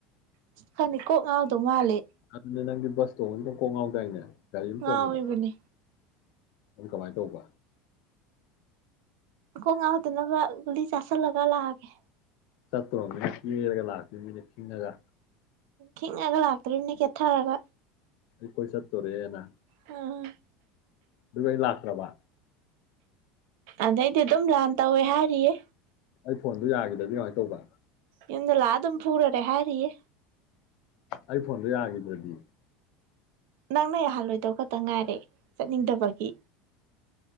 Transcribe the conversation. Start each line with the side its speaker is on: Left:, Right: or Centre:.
Right: ꯈꯅꯤ ꯀꯣꯛ ꯉꯥꯎꯗꯣ ꯃꯥꯂꯦ
Left: ꯑꯗꯨꯅꯦ ꯅꯪꯗꯤ ꯕꯁ ꯇꯣꯡꯉꯗꯤ ꯗꯨꯝ ꯀꯣꯛꯉꯥꯎꯗꯥꯏꯅꯦ ꯒꯥꯔꯤꯝ
Right: ꯉꯥꯎꯔꯤꯕꯅꯤ
Left: ꯇꯣꯡꯕꯗ ꯑꯗꯨ ꯀꯃꯥꯏ ꯇꯧꯕ
Right: ꯀꯣꯛ ꯉꯥꯎꯗꯅꯕ ꯒꯨꯂꯤ ꯆꯥꯁꯜꯂꯒ ꯂꯥꯛꯑꯒꯦ
Left: ꯆꯠꯇ꯭ꯔꯣꯔꯃꯤꯅ ꯀꯦꯔꯒ ꯂꯥꯛꯇꯨꯏꯃꯤꯅꯦ ꯈꯤꯡꯉꯒ
Right: ꯈꯤꯡꯉꯒ ꯂꯥꯛꯇꯣꯔꯤꯝꯅꯤ ꯀꯦꯊꯔꯒ
Left: ꯀꯣꯏ ꯆꯠꯇꯣꯔꯦꯅ
Right: ꯎꯝ
Left: ꯗꯨꯒ ꯑꯩ ꯂꯥꯛꯇꯔ꯭ ꯕꯥ
Right: ꯑꯗꯩꯗꯤ ꯑꯗꯨꯝ ꯂꯥꯟ ꯇꯧꯋꯦ ꯍꯥꯏꯔꯤꯌꯦ
Left: ꯐꯣꯟꯗꯨ ꯌꯥꯒꯤꯗꯗꯤ ꯀꯃꯥꯏ ꯇꯧꯕ
Right: ꯌꯨꯝꯗ ꯂꯥꯑ ꯗꯨꯝ ꯐꯨꯔꯔꯦ ꯍꯥꯏꯔꯤꯌꯦ
Left: ꯑꯩ ꯐꯣꯟꯗ ꯌꯥꯒꯤꯗ꯭ꯔꯗꯤ
Right: ꯅꯪꯅ ꯌꯥꯍꯜꯂꯣꯏꯗꯧ ꯈꯇ ꯉꯥꯏꯔꯦ ꯆꯠꯅꯤꯡꯗꯕꯒꯤ